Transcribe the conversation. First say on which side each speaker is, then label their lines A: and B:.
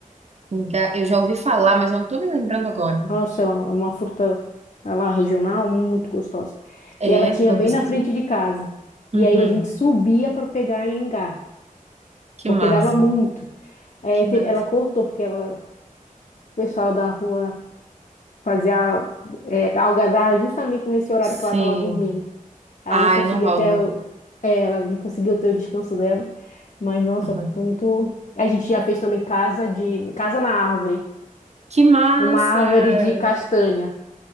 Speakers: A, on the right; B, on the left.
A: Enga- Eu já ouvi falar, mas eu não tô me lembrando agora.
B: Nossa, é uma, uma fruta é lá regional muito gostosa.
A: É,
B: E ela tinha
A: vou
B: bem
A: pesquisar.
B: na frente de casa.
A: Uhum,
B: E aí a gente subia para pegar ingá.
A: que
B: porque
A: massa,
B: dava muito. É,
A: que
B: te-
A: massa.
B: ela cortou, porque ela, o pessoal da rua fazia é, algazarra justamente nesse horário
A: Sim.
B: que ela estava dormindo. Aí
A: Ai,
B: Ela não conseguia
A: não rola.
B: até, o- é, ela não conseguiu ter o descanso dela. Mas, nossa,
A: Uhum.
B: foi muito. A gente já fez também casa de casa na árvore,
A: Que massa!
B: numa árvore de castanha,